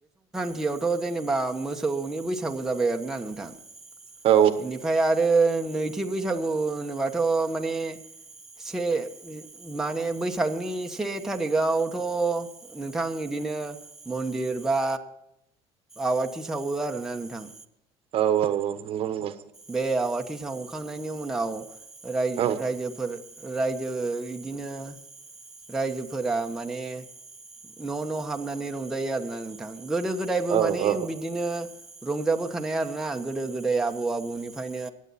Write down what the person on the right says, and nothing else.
औ
औ औ औ नंगौ नंगौ
औ
औ
औ